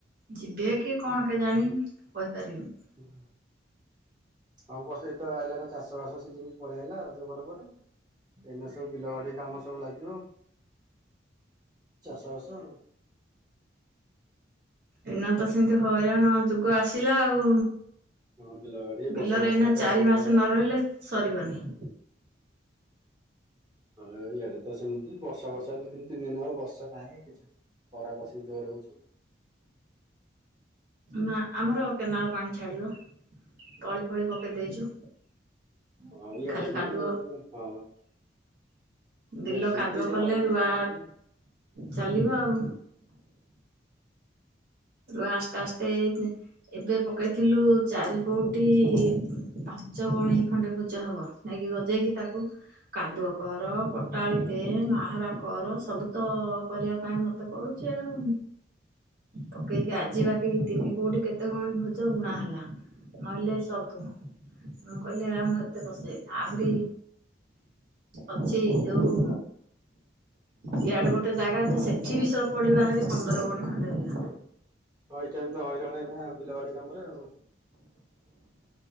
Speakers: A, on the right (about 55°); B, on the right (about 25°).
A: ଯିବେ କି କଣ କେଜାଣି କହିପାରିବିନି।
B: <unintelligible> ହଁ ବଷେଇ ତ ଆଇଲା ନା ଚାଷ ବାସ ସିଜିନି ପଳେଇଆଇଲା ରଜ ପରେ ପରେ। ଏଇନା ସବୁ ବିଲ ବାଡି କାମ ସବୁ ଲାଗିବ। ଚାଷବାସ
A: ଏଇନା ତ ସେମତି ହଇରାଣ ଯୁଗ ଆସିଲା ଆଉ।
B: ହଁ ବିଲ ବାଡି ବର୍ଷା
A: ବିଲରେ
B: ବର୍ଷା
A: ଏଇନା
B: ତ
A: ଚାରି ମାସେ
B: ଆସୁନି।
A: ନ ରହିଲେ ସରିବନି।
B: ହଁ ଇଆଡେ ତ ସିମତି ବର୍ଷା ବର୍ଷା ଦିନ ତିନି ଦିନ ହବ ବର୍ଷା ନାହିଁ କିଛି ଖରା ବଶୀ ଜୋରେ ହଉଛି।
A: ନା ଆମର କେନାଳ ପାଣି ଛାଡିବ। ତଳି ଫଳି ପକେ ଦେଇଛୁ,
B: ହଁ ଇଆଡେ
A: ଖାଲି
B: ସେମିତି
A: କାଦୁଅ।
B: ହଁ ଇଆଡେ
A: ବିଲ
B: ସେମିତି
A: କାଦୁଅ
B: ସେ
A: କଲେ
B: ତଳି ଫଳି
A: ରୁଆ
B: ପକେଇଲେଣି ହଁ।
A: ଚାଲିବ ଆଉ, ରୁଆ ଆସ୍ତା ଆସ୍ତେ ଏବେ ପକେଇଥିଲୁ ଚାରିପଉଟି ପାଞ୍ଚ ଗଉଣୀ ଖଣ୍ଡେ ଭୋଜ ହବ ନେଇକି ଗଜେଇକି ତାକୁ କାଦୁଅ କର, ପଟାଳି ଦେ, ମାହାରା କର, ସବୁ ତ କରିବା ପାଇଁ ମୋ <unintelligible> ପଢୁଛି ଆଉ। ପକେଇକି ଆଜିିବାକି ତିନି କୋଉଠି କେତେ ଗଉଣି ଭୋଜ ବୁଣା ହେଲା, ନହେଲେ ସବୁ ମୁଁ କହିଲି <unintelligible> ଆହୁରି, ଅଛି ଆଉ। ଇଆଡେ ଗୋଟେ ଜାଗା ଯେ, ସେଠି ବି ସ ପଡିବହାରି ପନ୍ଦର ଗଉଣୀ। <unintelligible>
B: ଆଇଟା ବି ତ ହଇରାଣ ହଇଥାନ୍ତା ବିଲବାଡି କାମରେ ଆଉ।